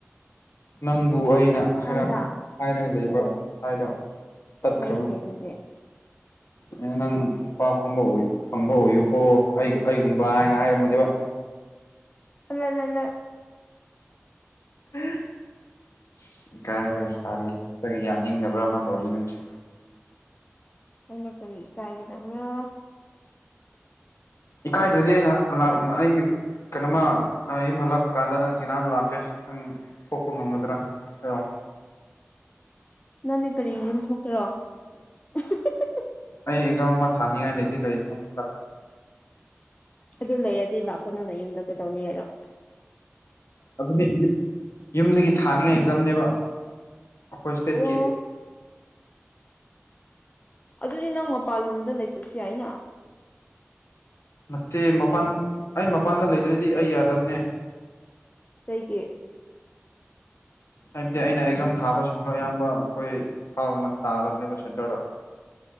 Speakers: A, on the left (about 70°); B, on the left (about 30°).
A: ꯅꯪꯕꯨ ꯑꯩꯅ ꯍꯥꯏꯔ
B: ꯅꯪꯅ
A: ꯍꯥꯏꯔꯒ ꯂꯩꯕ
B: ꯑꯣ
A: ꯍꯥꯏꯗꯣ ꯇꯠꯈ꯭ꯔꯕ
B: ꯐꯩꯅꯦ ꯑꯗꯨꯗꯤ
A: <unintelligible> ꯅꯪ ꯅꯨꯄꯥ ꯐꯪꯕ ꯐꯪꯕ ꯑꯣꯏꯌꯨꯀꯣ ꯑꯩ ꯑꯩꯒꯨꯝꯕ ꯍꯥꯏꯅ ꯍꯥꯏꯔꯝꯕꯅꯦꯕ
B: <unintelligible>
A: ꯍ <unintelligible> ꯁꯤ ꯏꯀꯥꯏꯕꯒ ꯁꯥꯔꯤꯅꯤ ꯌꯥꯅꯤꯡꯗꯕ꯭ꯔꯥ ꯑꯃ ꯇꯧꯔꯤ ꯅꯪꯁꯦ
B: ꯑꯩꯅ ꯀꯔꯤ ꯏꯀꯥꯏꯒꯗꯕ꯭ꯔꯣ
A: ꯏꯀꯥꯏꯗ꯭ꯔꯗꯤ ꯑꯩꯅ <unintelligible> ꯑꯩ ꯀꯩꯅꯣꯃ ꯑ ꯌꯨꯝ ꯍꯜꯂꯛꯄ ꯀꯥꯟꯗ ꯅꯪ ꯊꯦꯡꯅꯕ ꯂꯥꯛꯀꯦ ꯅꯪ ꯊꯣꯛꯄ ꯉꯝꯒꯗ꯭ꯔꯥ ꯍꯥꯢꯔꯣ
B: ꯅꯪꯗꯤ ꯀꯔꯤ ꯌꯨꯝ ꯊꯣꯀꯦꯔꯣ <unintelligible>
A: ꯑꯩ ꯑꯦꯛꯖꯥꯝ ꯑꯃ ꯊꯥꯅꯤꯡꯉꯥꯏ ꯂꯩꯗꯤ ꯂꯩꯕꯅꯦ <unintelligible>
B: ꯑꯗꯨ ꯂꯩꯔꯗꯤ ꯂꯥꯛꯄꯅꯨꯅꯦ ꯌꯨꯝꯗ ꯀꯩꯗꯧꯅꯤ ꯉꯥꯏꯔꯣ
A: ꯑꯗꯨꯅꯤ ꯌꯨ ꯌꯨꯝꯗꯒꯤ ꯊꯥꯅꯤꯡꯉꯥꯏ ꯑꯦꯛꯖꯥꯝꯅꯦꯕ ꯑꯩꯈꯣꯏ ꯁ꯭ꯇꯦꯠꯀꯤ
B: ꯑꯣ ꯑꯗꯨꯗꯤ ꯅꯪ ꯃꯄꯥꯜ ꯂꯣꯝꯗ ꯂꯩꯇ꯭ꯔꯁꯨ ꯌꯥꯏꯅ
A: ꯅꯠꯇꯦ ꯃꯄꯥꯟ ꯑꯩ ꯃꯄꯥꯟꯗ ꯂꯩꯗ꯭ꯔꯗꯤ ꯑꯩ ꯌꯥꯗꯕꯅꯦ
B: ꯀꯩꯒꯤ
A: ꯍꯥꯏꯕꯗꯤ ꯑꯩꯅ ꯑꯦꯛꯖꯥꯝ ꯊꯥꯕꯁꯤꯡꯗꯣ ꯑꯌꯥꯝꯕ ꯑꯩꯈꯣꯏ ꯏꯝꯐꯥꯜꯒꯨꯝꯕꯗ ꯇꯥꯗꯕꯅꯦꯕ ꯁꯦꯟꯇꯔꯗꯣ